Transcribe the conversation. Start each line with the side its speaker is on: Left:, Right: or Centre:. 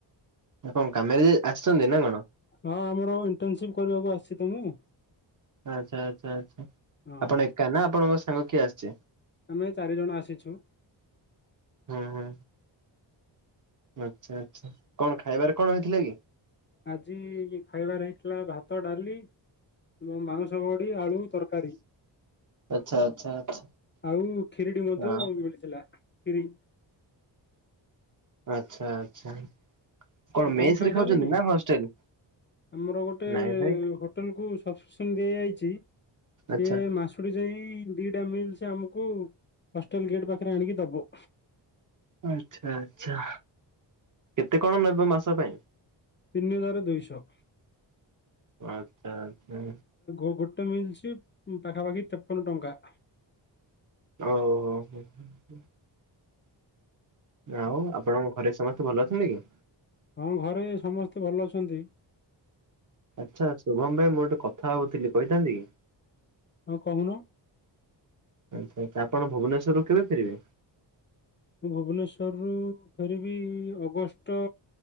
Right: ଆ କଣ କାମରେ ଯାଇ ଆସିଛନ୍ତି ନା କଣ?
Left: ହଁ ଆମର ଇଣ୍ଟରନସିପ କରିବାକୁ ଆସିଛି ତ ମୁଁ।
Right: ଆଚ୍ଛା ଆଚ୍ଛା ଆଚ୍ଛା
Left: ହଁ
Right: ଆପଣ ଏକା ନା ଆପଣଙ୍କ ସାଙ୍ଗ କିଏ ଆସିଛି?
Left: ଆମେ ଚାରିଜଣ ଆସିଛୁ।
Right: ହୁଁ ହୁଁ, ଆଚ୍ଛା ଆଚ୍ଛା କଣ ଖାଇବାରେ କଣ ହେଇଥିଲା କି?
Left: ଆଜି ଖାଇବାର ହେଇଥିଲା ଭାତ ଡାଲି ଏବଂ ମାଂଉଷ ବଡ଼ି ଆଳୁ ତରକାରୀ।
Right: ଆଚ୍ଛା ଆଚ୍ଛା ଆଚ୍ଛା
Left: ଆଉ ଖରିଟି ମଧ୍ୟ
Right: ହଁ
Left: ମିଳିଥିଲା ଖିରି।
Right: ଆଛା ଆଚ୍ଛା। କଣ
Left: ଆଉ ତମେ
Right: ମେସେ
Left: ଖାଇସାରିଲଣି?
Right: ରେ ଖାଉଛନ୍ତି ନା ହଷ୍ଟେଲ?
Left: ଆମର ଗୋଟେ
Right: ନାଇଁ ଭାଇ
Left: ହୋଟେଲକୁ ସବସ୍କ୍ରିପସନ୍ ଦିଆଯାଇଛି। ସିଏ
Right: ଆଚ୍ଛା
Left: ମାସ ଖୁରୁ ଯାଇ ଦିଟା ମିଲ୍ସି ଆମକୁ ହଷ୍ଟେଲ ଗେଟ ପାଖରେ ଆଣିକି ଦବ।
Right: ଆଚ୍ଛା ଆଛା, କେତେ କଣ ନବ ମାସ ପାଇଁ?
Left: ତିନିହଜାରେ ଦୁଇଶ।
Right: ଆଚ୍ଛା ଆଚ୍ଛା।
Left: ଗୋଟେ ମିଲ୍ସୀ। ପଖାପାଖି ତେପନ ଟଙ୍କା।
Right: ଓ ହୋ ହୋ ହୋ। ଆଉ ଆପଣଙ୍କ ଘରେ ସମସ୍ତେ ଭଲ ଅଛନ୍ତି କି?
Left: ହଁ ଘରେ ସମସ୍ତେ ଭଲ ଅଛନ୍ତି।
Right: ଆଚ୍ଛା ଶୁଭମ ଭାଇ ମୁଁ ଗୋଟେ କଥା ଭାବୁଥିଲି କହିଥାନ୍ତି କି?
Left: ହଁ କହୁନ।
Right: ଆଚ୍ଛା ଆଚ୍ଛା ଆପଣ ଭୁବନେଶ୍ୱରରୁ କେବେ ଫେରିବେ?
Left: ମୁଁ ଭୁବନେଶ୍ଵରରୁୁ ଫେରିବି ଅଗଷ୍ଟ